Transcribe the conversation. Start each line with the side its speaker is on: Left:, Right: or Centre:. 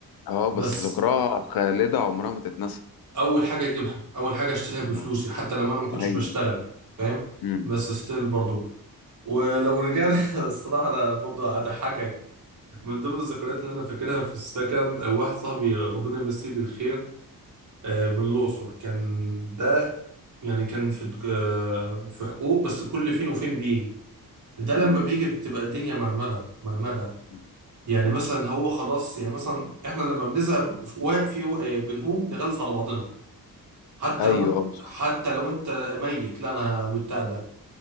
Left: اه بس
Right: بس
Left: ذكراها خالدة عمرها ما تتنسى
Right: اول حاجه اجيبها اول حاجه اشتريها بفلوسي
Left: اه
Right: حتى لما انا ما كنتش
Left: ايوه
Right: بشتغل فاهم
Left: امم
Right: بس ستيل برضو ولو رجعنا <laughs> الصراحه انا برضو هضحكك من ضمن الذكريات اللي انا فاكرها في السكن آه، واحد صاحبي ربنا يمسيه بالخير آه، من الاقصر كان ده يعني كان في آه، في حقوق بس كل فين وفين بيجي ده لما
Left: امم
Right: بيجي بتبقى الدنيا مرمغه مرمغه
Left: أمم.
Right: يعني
Left: أمم.
Right: مثلا هو خلاص يعني مثلا احنا لما بنزهق في في- آه، بنقوم نغلس على بعضنا حتى
Left: ايوه
Right: لو انت
Left: اه بس-
Right: حتى لو انت ميت لا انا بتاع ده